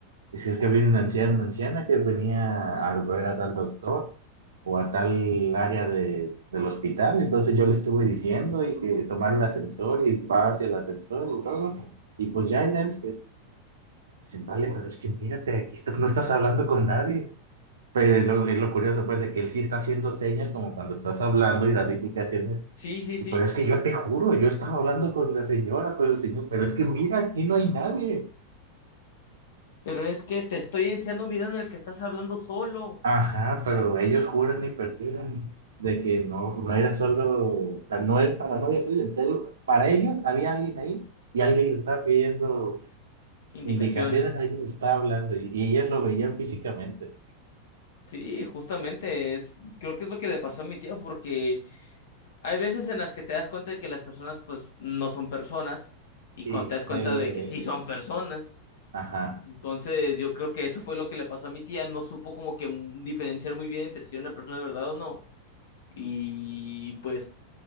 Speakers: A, on the right; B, on the left.
A: Y si es que vino una anciana, una anciana que venía a ver a tal doctor o a tal área de, del hospital. Entonces yo le estuve diciendo y que tomar el ascensor y pase el ascensor y todo. Y pues ya en el Dicen, vale, pero es que mírate, aquí estás, no estás hablando con nadie. Pero es lo, es lo curioso, pues, de que él sí está haciendo señas como cuando estás hablando y da indicaciones
B: Sí, sí, sí,
A: pero es que yo te juro, yo estaba hablando con la señora, con el señor, pero es que mira, aquí no hay nadie.
B: pero es que te estoy enseñando un video en el que estás hablando solo.
A: Ajá, pero ellos juran y perjuran de que no, no era solo, o sea, no es para novia suya, en serio, para ellos había alguien ahí y alguien le estaba pidiendo
B: Indicaciones.
A: indicaciones, alguien le estaba hablando y, y ellos lo veían físicamente.
B: Sí, justamente, es, creo que es lo que le pasó a mi tía porque... Hay veces en las que te das cuenta de que las personas pues no son personas y
A: Sí,
B: cuando te das cuenta
A: no he oído
B: de que
A: eso.
B: sí son personas.
A: Ajá.
B: Entonces yo creo que eso fue lo que le pasó a mi tía, no supo como que mu- diferenciar muy bien entre si era una persona de verdad o no. Y pues